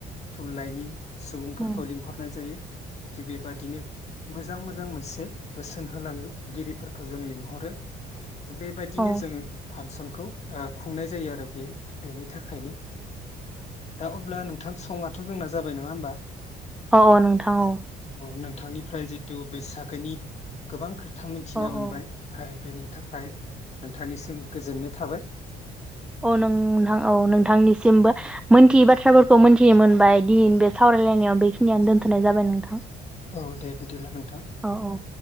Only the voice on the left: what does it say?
थुनलाइनि। सुबुंफोरखौ
लिंहरनाय जायो। थिग बेबादिनो। मोजां मोजां मोनसे बोसोन होलांगिरिफोरखौ जों लिंहरो। बेबायदिनो
जोङो। फांसनखौ ओ खुंनाय जायो आरो बे बेनि थाखायनो दा अब्ला नोंथां समथ' जोंना जाबाय नङा होमबा।
औ नोंथांनिफ्राय जिथु बैसागोनि गोबां खोथा। खोथा मिथिना
मोनबाय
आरो। बेनि थाखाय नोंथांनिसिम। गोजोननाय थाबाय।
औ दे बिदिब्ला नोंथां।